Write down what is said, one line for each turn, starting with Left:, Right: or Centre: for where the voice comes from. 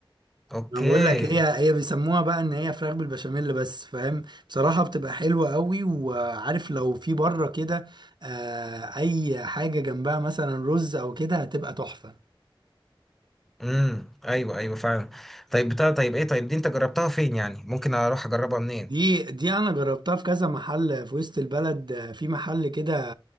Centre: اوكي
Right: انا بقول لك هي هي بيسموها بقى ان هي فراخ بالبشاميل بس فاهم بصراحه بتبقى حلوه قوي وعارف لو في بره كده آه اي حاجه جنبها مثلا رز او كده هتبقى تحفه
Centre: امم ايوه ايوه فعلا طيب بتاع طيب ايه طيب دي انت جربتها فين يعني ممكن اروح اجربها منين
Right: دي دي انا جربتها في كذا محل في وسط البلد آه، في محل كده